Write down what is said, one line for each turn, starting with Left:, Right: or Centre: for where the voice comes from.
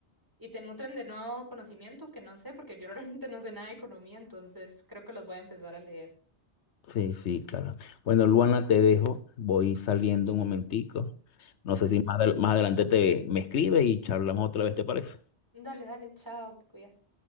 Right: y te nutren de nuevo conocimiento que no sé, porque yo <laughs> realmente no sé nada de economía, entonces creo que los voy a empezar a leer.
Left: Sí, sí, claro. Bueno, Luana, te dejo. Voy saliendo un momentico. No
Right: Ujú.
Left: sé si más, adel- más adelante te me escribes y charlamos otra vez, ¿te parece?
Right: Dale, dale, chao, te cuidas.